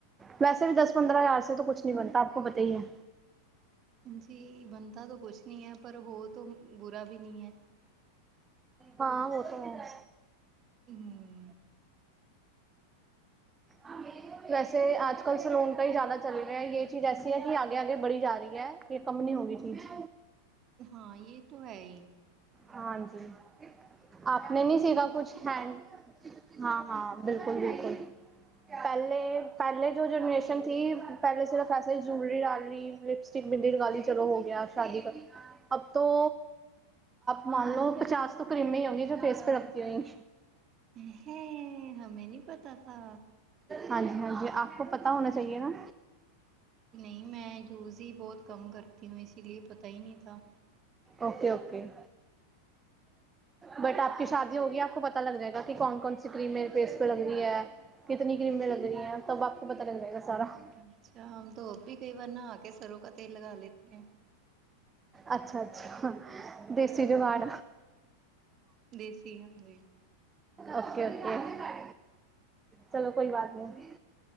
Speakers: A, on the right; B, on the right.
A: ਵੈਸੇ ਵੀ ਦਸ ਪੰਦਰਾਂ ਹਜ਼ਾਰ ਸੇ ਕੁੱਛ ਨਹੀਂ ਬਣਤਾ ਆਪਕੋ ਪਤਾ ਹੀ ਹੈ।
B: ਹਾਂਜੀ, ਬਣਤਾ ਤੋ ਕੁਛ ਨਹੀਂ ਹੈ ਪਰ ਹੋ ਤੋ ਬੁਰਾ ਭੀ ਨਹੀਂ ਹੈ।
A: ਹਾਂ ਵੋ ਤੋ ਹੈ।
B: ਹਮ।
A: ਹਾਂ <inaudible> ਵੈਸੇ ਆੱਜ ਕੱਲ ਸੈਲੂਨ ਤਾਂ ਹੀ ਜ਼ਿਆਦਾ ਚੱਲ ਰਹੀ ਹੈ। ਯੇ ਚੀਜ਼ ਐਸੀ ਹੈ ਕਿ ਆਗੇ ਆਗੇ ਬੜੀ ਜਾ ਰਹੀ ਹੈ। ਯੇ ਕੰਮ ਨੀ ਹੋਗੀ ਚੀਜ਼।
B: ਹਾਂ ਯੇ ਤੋ ਹੈ ਹੀ।
A: ਹਾਂਜੀ, ਆਪਣੇ ਨੀ ਸੀਖਾ ਕੁਛ ਹੈਡ ਹਾਂ, ਹਾਂ। ਬਿਲਕੁਲ, ਬਿਲਕੁਲ। ਪਹਿਲੇ ਪਹਿਲੇ, ਜੋ ਜਨਰੇਸ਼ਨ ਥੀ ਪਹਿਲੇ ਸਿਰਫ ਐਸੇ ਜੂਲਰੀ ਡਾਲ ਲੀ। ਲਿਪਸਟਿਕ, ਬਿੰਦੀ ਲਗਾਲੀ ਚਲੋ ਹੋ ਗਿਆ ਸ਼ਾਦੀ, ਅਬ ਤੋਂ ਮੰਨ ਲਓ ਪਚਾਸ ਤੋਂ ਕਰੀਮੇ ਹੀ ਹੋਂਗੀ ਜੋ ਫੇਸ ਪੇ ਲਗਤੀ ਹੋਂਏ
B: ਹੈ, ਹੈ ਹਮੇ ਨਹੀਂ ਪਤਾ ਥਾ।
A: ਹਾਂਜੀ ਹਾਂਜੀ, ਆਪਕੋ ਪਤਾ ਹੋਣਾ ਚਾਹੀਏ ਨਾ।
B: ਨਹੀਂ ਮੈਂ ਯੂਜ ਹੀ ਬਹੁਤ ਕਮ ਕਰਤੀ ਹੂੰ, ਇਸ ਲਈ ਪਤਾ ਹੀ ਨਹੀਂ ਥਾ।
A: Okay- okay. ਬਟ ਆਪ ਕੀ ਸ਼ਾਦੀ ਹੋਗੀ ਆਪ ਕੋ ਪਤਾ ਲਗ ਜਾਏਗਾ, ਕਿ ਕੌਣ- ਕੌਣ ਸੀ ਕ੍ਰੀਮੇ ਮੇਰੇ ਫੇਸ <unintelligible> ਕਿਤਨੀ ਕਰੀਮਮੇ ਲੱਗਣੀ ਹੈ। ਸਭ ਪਤਾ ਲੱਗ ਜਾਏਗਾ ਆਪਕੋ।
B: ਅੱਛਾ ਹਮ ਤੋਂ ਅਬ ਬੀ ਕਈ ਵਾਰ ਨਹਾ ਆ ਕੇ, ਸਰੋਂ ਕਾ ਤੇਲ ਲਗਾ ਲੇਤੇ ਹੈ।
A: ਅੱਛਾ ਅੱਛਾ, ਦੇਸੀ ਜੂਗਾੜ।
B: ਦੇਸੀ ਹਾਂਜੀ।
A: Okay- okay. ਚਲੋ ਕੋਈ ਬਾਤ ਨਹੀਂ,